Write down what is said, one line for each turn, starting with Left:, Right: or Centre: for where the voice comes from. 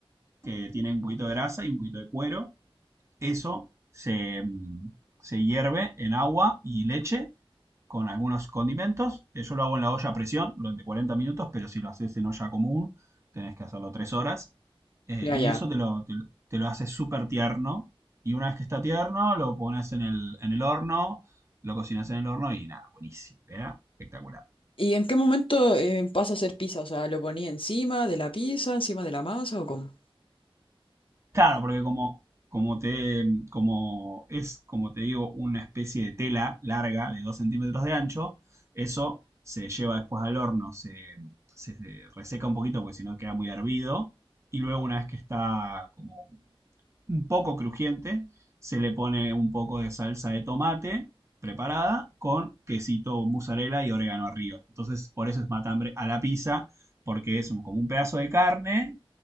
Right: que tiene un poquito de grasa y un poquito de cuero. Eso se, mm, se hierve en agua y leche con algunos condimentos. Eh, Yo lo hago en la olla a presión durante 40 minutos, pero si lo haces en olla común, tenés que hacerlo 3 horas. Eh,
Left: ya,
Right: y
Left: ya.
Right: eso te lo, te, lo- te lo hace súper tierno. Y una vez que está tierno, lo pones en el, en el horno, lo cocinas en el horno y nada, buenísimo, ¿verdad? espectacular.
Left: ¿Y en qué momento eh, pasa a ser pizza? O sea, ¿lo ponía encima de la pizza, encima de la masa o cómo?
Right: Claro, porque como, como te, como es, como te digo, una especie de tela larga de 2 centímetros de ancho, eso se lleva después al horno, se, se se reseca un poquito porque si no queda muy hervido. Y luego una vez que está como un poco crujiente, se le pone un poco de salsa de tomate preparada con quesito mozzarella y orégano arriba. Entonces, por eso es matambre a la pizza, porque es como un pedazo de carne